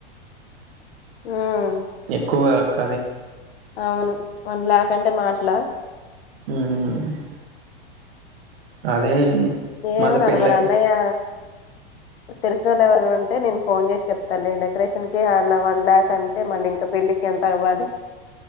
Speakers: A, on the left; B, on the right.
A: ఉమ్
B: ఎక్కువ గా అక్క
A: అవును వన్ ల్యాక్ అంటే మాటలా
B: ఉమ్ అదే
A: ఏమో
B: మళ్ళా
A: నాన్న
B: పెళ్ళ
A: మరి అన్నయ్య తెలిసిన వాళ్ళు ఎవరైనా ఉంటే నేను ఫోన్ చేసి చెప్తాలే డేకరేషన్ కి అలా వన్ ల్యాక్ అంటే మళ్ళీ ఇంకా పెళ్లికి ఎంత అవ్వాలి